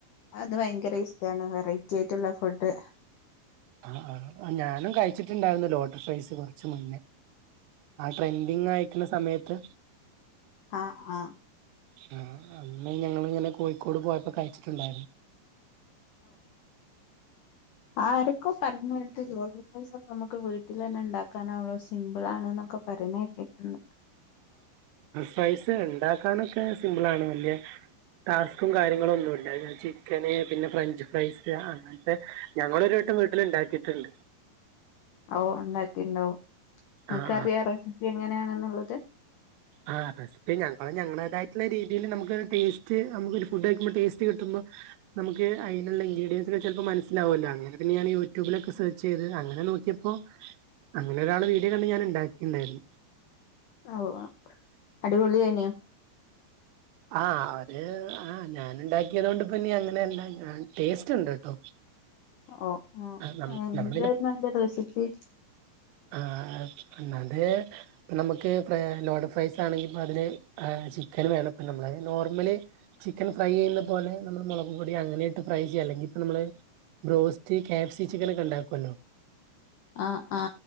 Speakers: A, on the left; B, on the right.
A: അത് ഭയങ്കര ഇഷ്ടമാണ് വെറൈറ്റി ആയിട്ടുള്ള ഫുഡ്
B: ആ ആ ഞാനും കഴിച്ചിട്ടുണ്ടായിരുന്നു ലോട്ടറി ഫ്രൈസ് കുറച്ച് മുന്നേ ട്രെൻഡിങ് ആയക്കുന്ന സമയത്ത്
A: ആ ആ
B: ആ അന്ന് ഞങ്ങ ഇങ്ങനെ കോഴിക്കോട് പോ കഴിച്ചിട്ടുണ്ടായിരുന്നു
A: ആരക്കോ പറഞ്ഞതരത്തി ലോഡർൈസ് ഒക്കെ നമുക്ക് വീട്ടിൽ തന്നെ ഉണ്ടാക്കാനാവോ സിമ്പിൾ ആണ് എന്നൊക്കെ പറഞ്ഞേറ്റിട്ടന്ന്
B: ഫൈസ് ഉണ്ടാക്കാനൊക്കെ സിമ്പിൾ ആണ് വല്യ ടാസ്കും കാര്യങ്ങളും ഒന്നും ഇണ്ട് ചിക്കന് പിന്നെ ഫ്രഞ്ച് ഫ്രൈസ് അങ്ങനത്തെ ഞങ്ങളരു ഇ വീട്ടില ഉണ്ടാക്കിട്ടുണ്ട്
A: ഓ ഉണ്ടാക്കിണ്ടോ നിക്ക
B: ആഹ്
A: അറിയാം റെസിപ്പി എങ്ങനെയാണെന്നുള്ളത്
B: ആ റെസിപ്പ ഞ ഞങ്ങളേതട്ടുള്ള രീതിയിൽ നമുക്ക് ടേസ്റ്റ് നമുക്ക് ഒരു ഫുഡ് കഴുമ്പോ ടേസ്റ്റ് കിട്ടുന്നു നമുക്ക് അതിനുള്ള ഇൻ്രഡിയൻസെ ചിലപ്പോ മനസിലാവല്ലോ അനൊക്കെെയഞൻ യൂട്യൂബിലൊക്കെ സെർച്ച് ചെയ്ത് അങ്ങനെ അെ നോക്കിയപ്പോ അങ്ങനെ ഒരാള് വീഡിയോ കണ്ട് ഞാൻ ഉണ്ടാക്കിണ്ടായിരുന്നു
A: ഓ അടിപൊളി തന്നെയ
B: ആ അവര് ആ ഞാൻ ഉണ്ടാക്കിയത് കൊണ്ട് പിന്നെ അങ്ങനെ എല്ലാം ടേസ്റ്റ് ഉണ്ട് കേട്ടോ
A: ഓ ആ
B: ആഹ് നം
A: എന്തായിരുന്നുന്റെ
B: നമ്മളിതിന്
A: റെസിപി
B: ആത് നമുക്ക് ലോഡ് ഫൈസ് ആണെങ്കിൽ ഇപ്പൊ അതിനെ ആ ചിക്കന് മേലെ ഇപ്പൊ നമ്മള് നോർമലി ചിക്കൻ ഫ്രൈ ചെയ് പോലെ മുള പൊടി അങ്ങനെട്ട് ചെയ്യാം അല്ലെങ്കിൽപ്പ നമ്മള് ബ്രോസ്റ്റ് കാപ്സി ചിക്കനൊക്കെ ഉണ്ടാക്കുമല്ലോ
A: ആ ആ